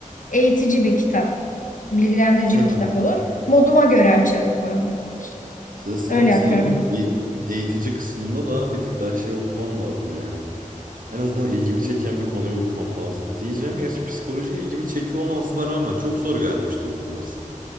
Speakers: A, on the left; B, on the right.
A: Eğitici bir kitap, bilgilendirici
B: Aha.
A: bir kitap olur. Moduma göre açar okurum.
B: Size san-
A: Öyle
B: Sanırım
A: yapıyorum.
B: o eğ- eğitici kısmında da bir tık daha şey okumam lazım yani. En azından ilgimi çeken bir konuyu okumam lazım diyeceğim. Gerçi psikoloji ilgimi çekiyor olmasına rağmen çok zor gelmişti okuması.